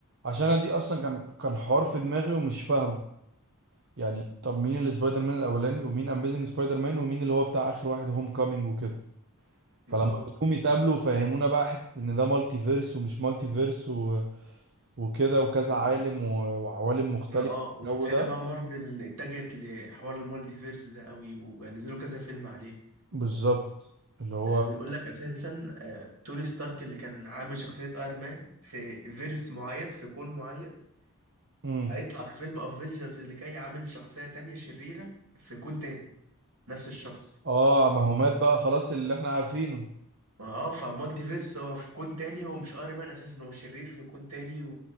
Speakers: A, on the right; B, on the right.
A: عشان انا دي اصلا كان كان حوار في دماغي ومش فاهمه يعني طب مين السبايدر مان الاولاني ومين اميزنج سبايدر مان ومين اللي هو بتاع اخر واحد هوم كامينج وكده فلما
B: ما اه
A: كلهم يتقابلوا فهمونا بقى حته ان ده مالتي فيرس ومش مالتي فيرس و... وكده وكذا
B: مم.
A: عالم و... وعوالم مختلفه
B: ما اه ومن
A: الجو
B: ساعتها
A: ده
B: بقى مارفل اتجهت لحوار المالتيفيرس ده قوي ونزلوا كذا فيلم عليه
A: بالظبط اللي هو
B: ده بيقول لك اساسا آه، توني ستارك اللي كان عامل شخصية ايرون مان في فيرس معين في كون معين
A: امم
B: هيطلع في فيلم افنجرز اللي جاي عامل شخصية تانية شريرة في كون تاني نفس الشخص
A: اه ما هو مات بقى خلاص اللي احنا عارفينه
B: ما اه فمالتيفيرس هو في كون تاني هو مش ايرون مان اساسا هو شرير في كون تاني و...